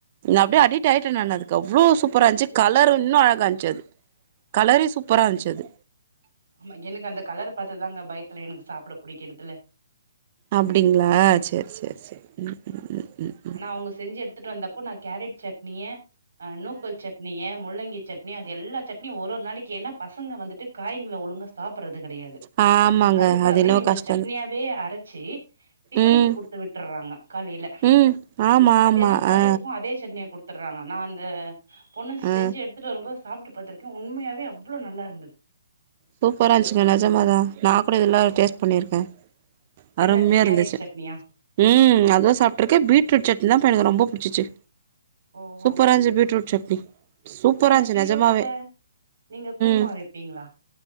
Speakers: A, on the right; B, on the right.
A: நா அப்டியே அடிட் ஆயிட்டே நான் அதுக்கு அவ்ளோ சூப்பரா இந்துச்சு கலர் இன்னு அழகாந்துச்சு அது கலரே சூப்பரா இருஞ்சது
B: ம் எனக்கு அந்த கலர் பாத்து தாங்க பயத்துல எனக்கு சாப்பிட பிடிக்க எட்டல
A: அப்டிங்களா சேரி சேரி சேரி ம் ம் ம் ம்
B: ஆனா
A: ம்
B: அவங்க செஞ்சு எடுத்துட்டு வந்தப்போ நா கேரட் சட்னிய நூக்கல் சட்னிய முள்ளங்கி சட்னி அது எல்லா சட்னியும் ஒரு ஒரு நாளைக்கு ஏன்னா பசங்க வந்துட்டு காய்கள ஒழுங்கா சாப்புறது கெடையாது
A: ஆ ஆமாங்க
B: அதுக்காக
A: அது என்னவோ
B: இவங்க
A: கஷ்டந்தா
B: சட்னியாவே அரைச்சு டிஃபனுக்கு
A: ம்
B: குடுத்து விட்டுறாங்க காலையில ல
A: ம் ஆமா
B: மத்தியான
A: ஆமா
B: சாதத்துக்கு
A: ஆ
B: அதே சட்னிய குடுத் த்துறாங்க நா அந்த பொண்ணு
A: ஆ
B: செஞ்சு எடுத்துட்டு வரும்போ சாப்ட்டு பாத்தருக்கே உண்மையாவே அவ்வள நல்லா இருந்தது
A: சூப்பரா இருந்துச்சுக்கங்க நஜமாதா நா கூட இதெல்லா டேஸ்ட் பண்ணியிருக்கே
B: என்னது
A: அருமையா
B: கேரட்
A: இருந்துச்சு
B: சட்னியா
A: ம் அதுவு சாப்ட்டுருக்க பீட்ரூட் சட்னி தா பா எனக்கு ரொம்ப புடிச்சிச்சு
B: ஓஹோ
A: சூப்பராஞ்சு பீட்ரூட் சட்னி சூப்பரா
B: நானு
A: இருன்ஞ்சி
B: பீரோட்ல
A: நெஜமாவே
B: நீங்க குருமா
A: ம்
B: வைப்பீங்களா